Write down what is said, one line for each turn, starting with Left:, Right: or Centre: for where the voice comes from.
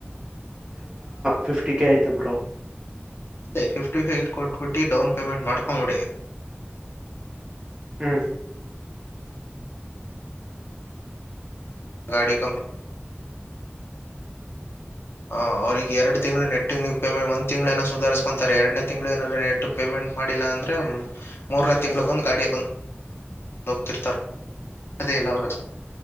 Right: ಫಿಫ್ಟಿ ಕೆ ಆಯ್ತು ಬ್ರೋ
Left: ಅದೇ ಫಿಫ್ಟಿ ಫಟ್ ಕೊಟ್ಬಿಟ್ಟು ಡೌನ್ ಪೇಮೆಂಟ್ ಮಾಡ್ಕೊ ನೋಡಿ
Right: ಹ್ಮ್
Left: ಗಾಡಿ ಕಂ ಹ ಅವ್ರಿಗೆ ಎಡು ತಿಂಗಳು ನೆಟ್ಟಿಗೆ ನೀವು ಪೇಮೆಟ್ ಒಂದ ತಿಂಗಳು ಏನ ಸುಧಾರಸ್ಕೊಂತಾರೆ ಎರಡನ ತಿಂಗಳು ಏಾದ ನೆಟ್ ಪೇಮೆಂಟ್ ಮಾಡಿಲ್ಲ ಅ ಅಂದ್ರೆ ಮೂರನೇ ತಿಂ್ಗಳು ಬಂದು ಗಾಡಿಯ ಕು ಲೋಕ್ತಿರ್ತ ಅದೇ ಇಲ್ಲ ಅವ